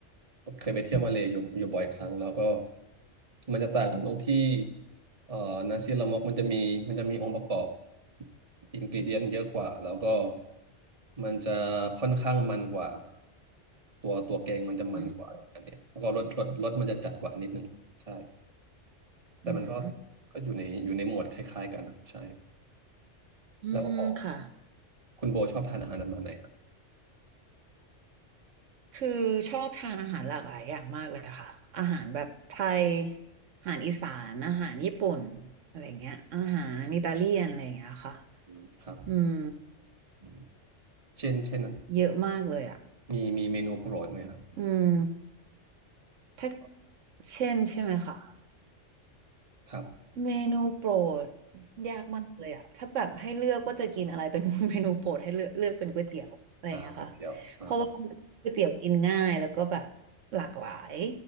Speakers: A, on the right; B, on the right.
A: เคยไปเที่ยวมาเลย์อยู่อยู่บ่อยครั้งแล้วก็มันจะต่างกันตรงที่เอ่อนาซีลามอกมันจะมีมันจะมีองค์ประกอบอินก e เดียนเยอะกว่าแล้วก็มันจะค่อนข้างมันกว่าตัวตัวแกงมันจะมันกว่าอันเนี้ยแล้วก็รสรสรสมันจะจัดกว่านิดนึงใช่
B: อืม
A: แต่มันก็
B: อือหือ
A: ก็อยู่ในอยู่ในหมวดคล้ายๆกันนะครับใช่
B: อืมค่ะ
A: แล้วของคุณโบชอบทานอาหารประมาณไหนครับ
B: คือชอบทานอาหารหลากหลายอย่างมากเลยค่ะอาหารแบบไทยอาหารอีสานอาหารญี่ปุ่นอะไรเงี้ยอาหารอิตาเลียนอะไรเงี้ยค่ะ
A: อืมครับ
B: อืม
A: อืมเช่นเช่น
B: เยอะมากเลยอ่ะ
A: มีมีเมนูโปรดไหมครับ
B: อืมถ้าเช่นใช่ไหมคะ
A: ครับ
B: เมนูโปรดยากมากเลยอะถ้าแบบให้เลือกว่าจะกินอะไรเป็น <laughs> เมนูโปรดให้เลือกเลือกเป็นก๋วยเตี๋ยวอะไรอย่างเงี้ยค่ะ
A: อ่าก๋วยเตี๋ยวอ่า
B: เพราะว่าก๋วยเตี๋ยวกินง่ายแล้วก็แบบหลากหลาย